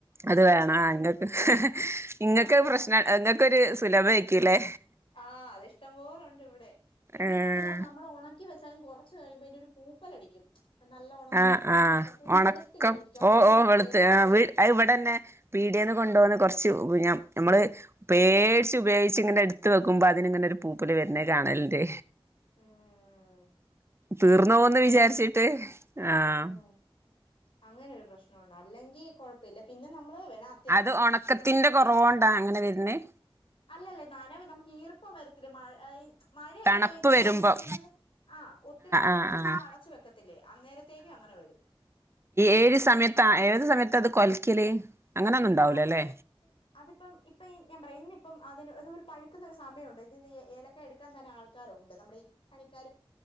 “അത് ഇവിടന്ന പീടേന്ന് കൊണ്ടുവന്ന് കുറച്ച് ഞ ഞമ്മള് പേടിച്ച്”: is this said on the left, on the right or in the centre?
Right